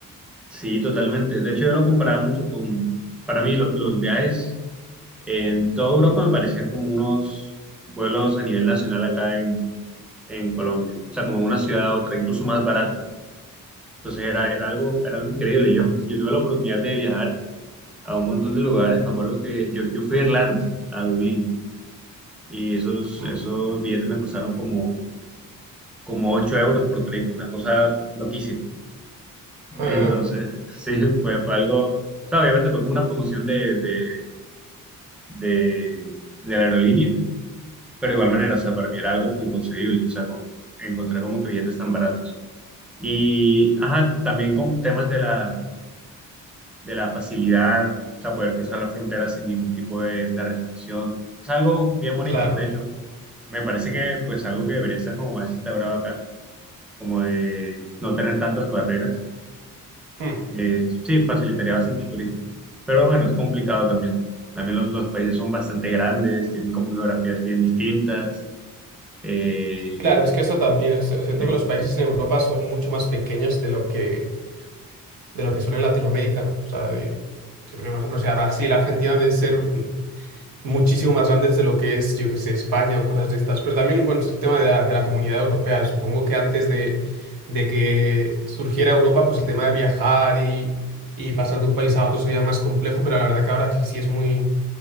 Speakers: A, in the centre; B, on the right.
A: sí, totalmente. De hecho, yo lo comparaba mucho con, para mí, lo- los viajes en toda Europa me parecían como unos vuelos a nivel nacional acá en, en Colombia. O sea, como una ciudad a otra, incluso más barato. Entonces era, era algo, era algo increíble. Yo, yo tuve la oportunidad de viajar a un montón de lugares. Me acuerdo que yo, yo fui a Irlanda, a Dublín. y esos,
B: Mm,
A: esos billetes me costaron como, como 8 euros por trayecto, una cosa loquísima.
B: ah,
A: Entonces, <laughs> sí, fue, fue algo, o sea, obviamente fue como una promoción de, de, de, de la aerolínea, pero de igual manera, o sea, para mí era algo como inconcebible, o sea, con, encontrar como que billetes tan baratos. Y, ajá, también con temas de la, de la facilidad, o sea, poder cruzar la frontera sin ningún tipo de, de restricción. Es algo bien bonito,
B: Claro.
A: de hecho, me parece que pues algo que debería estar como más instaurado acá como de no tener tantas barreras.
B: Hmm.
A: Eh, sí, facilitaría bastante el turismo. Pero bueno, es complicado también. También los, los países son bastante grandes, tienen como geografías bien distintas. Eh,
B: Claro, es que eso también, es- siento
A: sí,
B: que los países en Europa son mucho más pequeños de lo que de lo que son en Latinoamérica. O sea, de- siento que, por ejemplo, o sea, Brasil, Argentina deben ser <laughs> muchísimo más grandes de lo que es, yo que sé, España o cosas de estas. Pero también, bueno, es el tema de la, de la comunidad europea. Supongo que antes de, de que surgiera Europa, pues el tema de viajar y, y pasar de un país a otro sería más complejo, pero la verdad que ahora sí es muy,